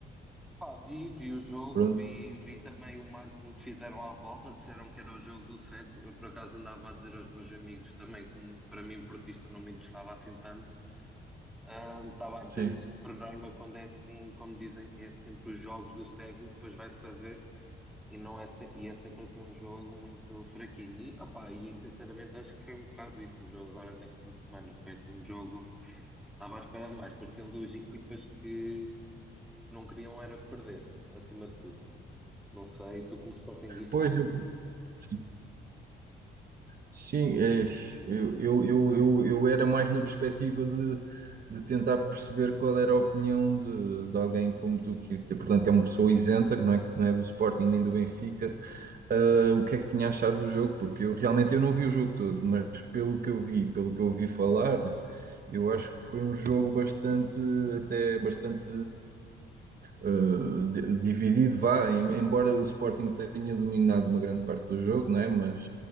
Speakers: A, in the centre; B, on the right (about 50°).
A: pá, vi, vi o jogo,
B: Pronto,
A: vi, vi também o marketing que fizeram à volta, disseram que era o jogo do século. Eu por acaso andava a dizer aos meus amigos também, como para mim portista não me interessava assim tanto, ah, estava a dizer-lhes
B: sim.
A: que por norma quando é assim, como dizem que é sempre os jogos do século, depois vai saber e não é, se- e é sempre assim um jogo muito fraquinho. E, opa, e sinceramente acho que foi um bocado isso o jogo agora neste fim de semana, foi assim um jogo. Estava a esperar mais, pareciam duas equipas que não queriam era perder, acima de tudo. Não sei, tu como sportinguista,
B: Pois,
A: diz-me
B: eu,
A: tu.
B: sim, sim, é, eu, eu, eu, eu, eu era mais na perspectiva de, de tentar perceber qual era a opinião de, de alguém como tu, que, que, portanto, é uma pessoa isenta, que não é, que não é do Sporting nem do Benfica, ah, o que é que tinha achado do jogo, porque eu realmente eu não vi o jogo todo, mas pelo que eu vi, pelo que eu ouvi falar, eu acho que foi um jogo bastante, até bastante ah, di- dividido, vá, em- embora o Sporting tenha dominado uma grande parte do jogo, não é? Mas,